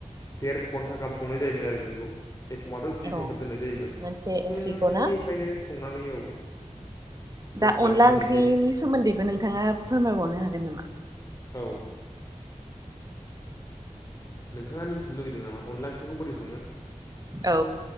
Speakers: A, on the left (about 30°); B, on the right (about 30°).
A: देर घन्टा गाहाम संनाय जायोमोन आरो जोंखौ एखमबाथ' दुइ
B: औ
A: घन्टा दोननाय जायोमोन
B: मोनसे
A: फुंनिफ्रायनो
B: ओंख्रिखौ ना
A: संनानै औ दसथायाव
B: दा अनला
A: मोनहैसै
B: ओंख्रिनि सोमोन्दैबो नोंथाङा फोरमायबावनो हागोन नामा
A: औ। नोंथाङा मिथिनो लगै नाम अनला आनलाखौरै सङो -
B: औ।